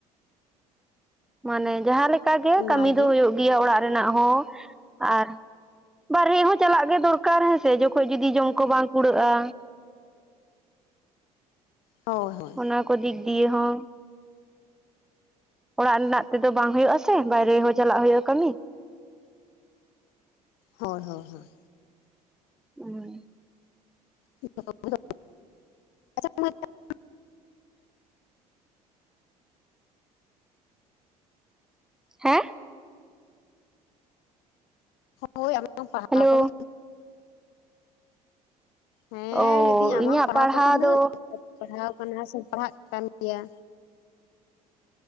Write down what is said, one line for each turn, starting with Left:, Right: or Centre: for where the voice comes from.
Centre: ᱢᱟᱱᱮ ᱡᱟᱦᱟᱸ ᱞᱮᱠᱟ ᱜᱮ
Left: ᱚᱱᱟᱜᱮ
Centre: ᱠᱟᱹᱢᱤ ᱫᱚ ᱦᱩᱭᱩᱜ ᱜᱮᱭᱟ ᱚᱲᱟᱜ ᱨᱮᱱᱟᱜ ᱦᱚᱸ, ᱟᱨ ᱵᱟᱨᱦᱮ ᱦᱚᱸ ᱪᱟᱞᱟᱜ ᱜᱮ ᱫᱚᱨᱠᱟᱨ ᱦᱮᱸ ᱥᱮ ᱡᱚᱠᱷᱚᱡ ᱡᱩᱫᱤ ᱡᱚᱢ ᱠᱚ ᱵᱟᱝ ᱠᱩᱲᱟᱹᱜᱼᱟ᱾
Left: ᱦᱳᱭ ᱦᱳᱭ᱾
Centre: ᱚᱱᱟ ᱠᱚ ᱫᱤᱠ ᱫᱤᱭᱟᱹ ᱦᱚᱸ᱾ ᱚᱲᱟᱜ ᱨᱮᱱᱟᱜ ᱛᱮᱫᱚ ᱵᱟᱝ ᱦᱳᱭᱳᱜᱼᱟ ᱥᱮ ᱵᱟᱭᱨᱮ ᱦᱚᱸ ᱪᱟᱞᱟᱜ ᱦᱳᱭᱳᱜᱼᱟ, ᱠᱟᱹᱢᱤ᱾
Left: ᱦᱳᱭ ᱦᱳᱭ ᱦᱳᱭ᱾
Centre: ᱩᱸ᱾
Left: <inaudible> <inaudible>
Centre: ᱦᱮᱸ?
Left: ᱦᱳᱭ <inaudible> ᱯᱟᱲᱦᱟᱣ
Centre: ᱦᱮᱞᱳ
Left: ᱠᱚᱫᱚ᱾ ᱦᱮᱸ
Centre: ᱚ
Left: ᱞᱮᱭ ᱫᱤᱧ ᱟᱢᱟᱝ
Centre: ᱤᱧᱟᱹᱜ
Left: ᱯᱟᱲᱦᱟᱣ ᱠᱚ ᱛᱤᱱᱟᱹᱜ
Centre: ᱫᱚ
Left: <inaudible> ᱯᱟᱲᱦᱟᱣ ᱠᱟᱱᱟ ᱥᱮ ᱯᱟᱲᱦᱟᱜ ᱠᱟᱱ ᱜᱮᱭᱟ?